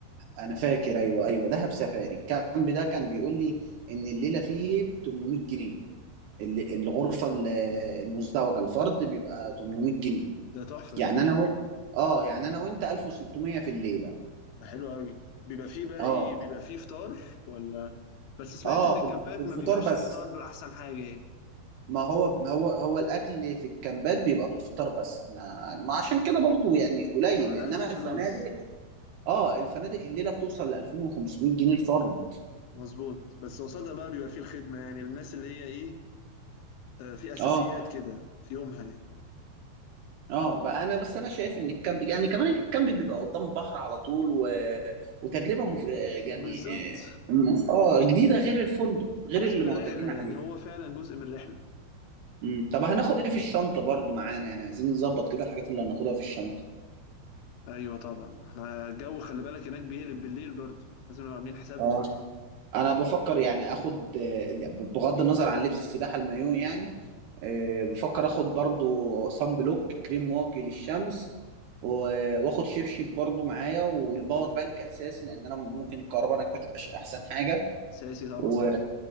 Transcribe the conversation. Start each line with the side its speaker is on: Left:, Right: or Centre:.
Right: انا فاكر ايوه ايوه دهب سفاري الكامب ده كان بيقول لي ان الليله فيه ب 800 جنيه ال- الغرفه ال- المزدوجه الفرد بيبقى 800 جنيه
Left: ده تحفة
Right: يعني
Left: ده
Right: انا و... اه يعني انا وانت 1600 في الليله
Left: ده حلو قوي بيبقى فيه بقى
Right: اه
Left: ايه بيبقى فيه فطار ولا بس سمعت
Right: اه
Left: ان الكامبات
Right: بال- بالفطار
Left: ما بيبقاش
Right: بس
Left: الفطار احسن حاجة يعني
Right: ما هو ما هو هو الاكل في الكامبات بيبقى بالفطار بس احنا ما عشان كده برضو يعني قليل
Left: على
Right: انما
Left: قد الفلوس
Right: الفنادق اه الفنادق الليله بتوصل ل 2500 جنيه الفرد
Left: مظبوط بس قصادها بقى بيبقى فيه الخدمة يعني للناس اللي هي إيه آه، في أساسيات
Right: اه
Left: كده في يومها يعني
Right: اه بقى انا بس انا شايف ان الكامب يعني كمان الكامب بيبقى قدام البحر على طول و... وتجربه مف... يعني
Left: بالظبط
Right: اه آه، جديده غير الفندق غير
Left: جزء
Right: اللي
Left: من
Right: معتادين
Left: الرحلة يعني
Right: عليه
Left: هو فعلا جزء من الرحلة
Right: امم طب هناخد ايه في الشنطه برضو معانا يعني عايزين نظبط كده الحاجات اللي هناخدها في الشنطه
Left: أيوه طبعا إحنا الجو خلي بالك هناك بيقلب بالليل برضه لازم نبقى عاملين حسابنا
Right: اه انا بفكر يعني اخد آه، بغض النظر عن لبس السباحه المايو يعني آه، بفكر اخد برضو صن بلوك كريم واقي للشمس و- واخد شبشب برضو معايا والباور بانك اساسي لان انا ممكن الكهرباء هناك ما تبقاش احسن حاجه
Left: أساسي طبعا
Right: و...